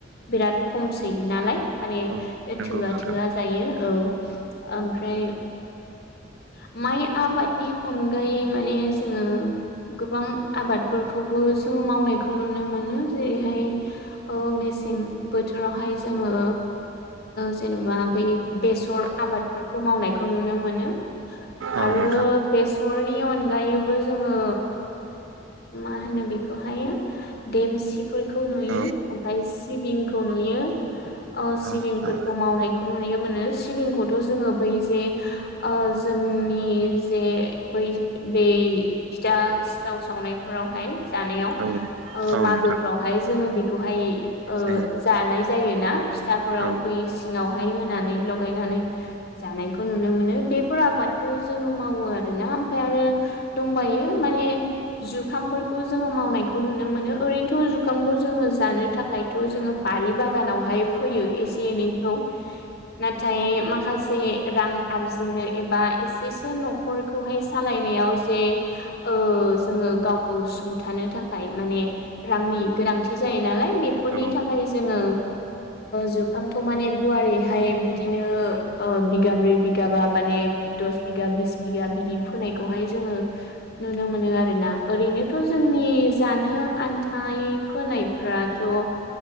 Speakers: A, on the left; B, on the right.
A: बिराद खमसै नालाय माने
B: औ नंगौ
A: थोआ
B: नोंथां
A: थोआ जायो औ ओमफ्राय <inaudible> माइ आबादनि अनगायै माने जोंङो गोबां आबादफोरखौबो जोंङो मावनायखौ नुनो मोनो जेरैहाय मेसें बोथोरावहाय जोंङो जेनबा बै बेसर आबादफोरखौ मावनायखौ नुनो मोनो
B: औ
A: आरो
B: नोंथां
A: बेसरनि अनगायैबो जोंङो मा होनो बेखौहाय देमसिफोरखौ नुयो
B: औ
A: ओमफ्राय सिबिंखौ नुयो सिबिंफोरखौ
B: नोंथां
A: मावनायखौ नुनो मोन सिबिंखौ थ जोंङो बै जे जोंनि जे बै बे फिथा सिथाव सावनायफोरावहाय जानायाव
B: औ
A: मागोफ्रावहाय
B: नोंथां
A: जोंङो बेखौहाय
B: जायो
A: जानाय जायोना फिथाफोराव
B: औ
A: बै सिङावहाय होनानै लगायनानै जानायखौ नुनो मोनो बेफोर आबादखौ जोंङो मावो आरोना ओमफ्राय आरो दंबाय यो माने जुखामफोरखौ जोंङो मावनायखौ नुनो मोनो ओरैनोथ' जुखामखौ जोंङो जानो थाखायथ' जोंङो बारि बागानावहाय फैयो एसे एनैखौ नाथाय माखा माखासे रां आरजिनो एबा एसेसो नखरखौहाय सालायनायाव जे जोंङो गावखौ सुंथानो थाखाय माने रांनि गोनांथि जायो नालाय बेफोरनि
B: औ
A: थाखाय जोंङो जुखामखौ माने गुवारैहाय बिदिनो बिगाब्रै बिगाबा माने दस बिगा बिस बिगा बिदि फोनायखौहाय जोंङो नुनो मोनो आरो ना ओरैनोथ जोंनि जानो आन्थाय फोनायफ्राथ' औ